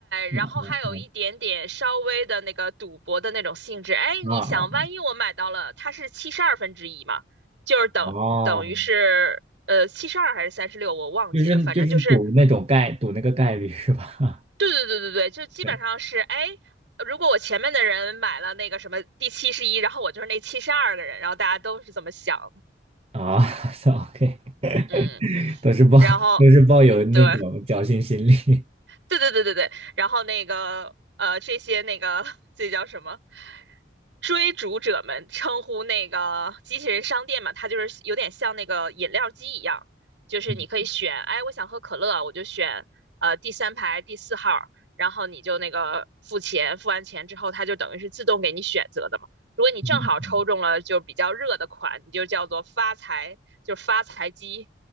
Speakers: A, on the right; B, on the right.
A: 嗯嗯
B: 然后还有一点点稍微的那个赌博的那种性质。哎，
A: 嗯，
B: 你想，
A: 啊
B: 万一我买到了，它是七十二分之一嘛，就是等等于是呃七十二还是三十六，
A: 啊哦，
B: 我忘记了，
A: 就是就是赌那种概赌那个概率是吧？
B: 反正就是对对对对对，就基本上是哎，
A: <laughs> 对
B: 如果我前面的人买了那个什么第七十一，然后我就是那七十二个人，然后大家都是这么想的
A: 啊 <laughs> 算，OK，<laughs>
B: 嗯，
A: 都是抱都是抱有那种侥幸心理。
B: 然后对，对对对对对，然后那个呃，这些那个 <laughs> 这叫什么？追逐者们称呼那个机器人商店嘛，它就是有点像那个饮料机一样，
A: <laughs>
B: 就是你可以选，
A: 嗯
B: 哎，我想喝可乐，我就选呃第三排第四号儿然后你就那个付钱，付完钱之后，它就等于是自动给你选择的嘛。如果你正好抽中了就比较热的款，
A: 嗯嗯
B: 你就叫做发财，就是发财机。